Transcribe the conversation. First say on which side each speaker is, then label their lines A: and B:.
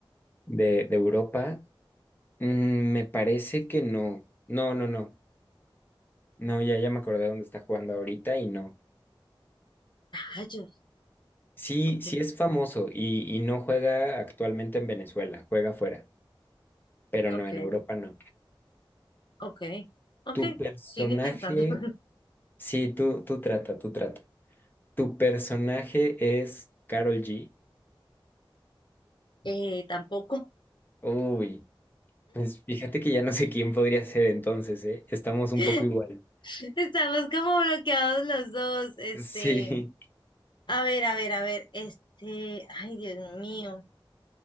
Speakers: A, on the left; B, on the left.
A: ¿De, de Europa? Mm, me parece que no. No, no, no. No, ya, ya me acordé dónde está jugando ahorita y no.
B: rayos?
A: Sí,
B: Ok,
A: sí es famoso y, y no juega actualmente en Venezuela, juega afuera, pero
B: ok,
A: no, en Europa no.
B: ok, ok,
A: ¿Tu personaje?
B: sigo intentando. <laughs>
A: Sí, tú, tú trata, tú trata. ¿Tu personaje es Carol G?
B: Eh, tampoco.
A: Uy, pues fíjate que ya no sé quién podría ser entonces, ¿eh? Estamos un
B: <laughs>
A: poco igual.
B: Estamos como bloqueados los dos. Este,
A: Sí,
B: a ver, a ver, a ver, este, ay, Dios mío.